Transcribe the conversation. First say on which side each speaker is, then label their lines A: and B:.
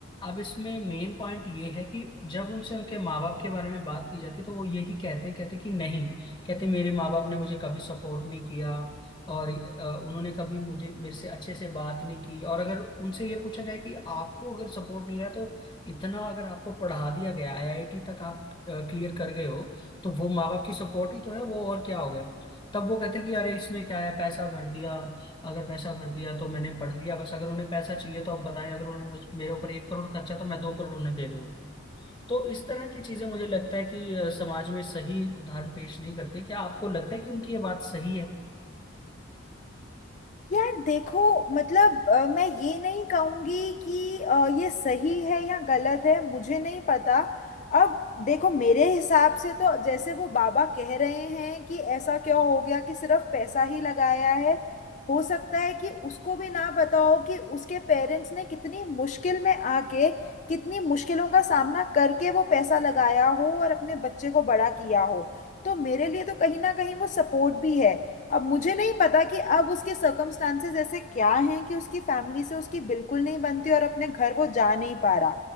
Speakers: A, on the left; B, on the left.
A: अब इसमें मेन पॉइंट ये है कि जब उनसे उनके माँ बाप के बारे में बात की जाती है, तो वो यही कहते हैं कहते कि नहीं कहते मेरे माँ बाप ने मुझे कभी सपोर्ट नहीं किया और अ, उन्होंने कभी मुझे मेरे से अच्छे से बात नहीं की और अगर उनसे ये पूछा जाए कि आपको अगर सपोर्ट नहीं रहा तो इतना अगर आपको पढ़ा दिया गया आईआईटी तक आप क्लियर कर गए हो तो वो माँ बाप की सपोर्ट ही तो है वो और क्या हो गया तब वो कहते कि अरे इसमें क्या है पैसा भर दिया अगर पैसा भर दिया तो मैंने पढ़ लिया बस अगर उन्हें पैसा चाहिए तो आप बताएं अगर उन्होंने मुझ मेरे ऊपर एक करोड़ खर्चा तो मैं दो करोड़ उन्हें दे दूंगा तो इस तरह की चीजें मुझे लगता है कि अ, समाज में सही उदाहरण पेश नहीं करती क्या आपको लगता है कि उनकी ये बात सही है
B: यार देखो मतलब अ, मैं ये नहीं कहूंगी कि अ, ये सही है या गलत है मुझे नहीं पता अब देखो मेरे हिसाब से तो जैसे वो बाबा कह रहे हैं कि ऐसा क्या हो गया कि सिर्फ पैसा ही लगाया है हो सकता है कि उसको भी ना पता हो कि उसके पेरेंट्स ने कितनी मुश्किल में आके कितनी मुश्किलों का सामना करके वो पैसा लगाया हो और अपने बच्चे को बड़ा किया हो तो मेरे लिए तो कहीं ना कहीं वो सपोर्ट भी है अब मुझे नहीं पता कि अब उसके सर्कमस्टांसेस ऐसे क्या हैं कि उसकी फैमिली से उसकी बिल्कुल नहीं बनती और अपने घर वो जा नहीं पा रहा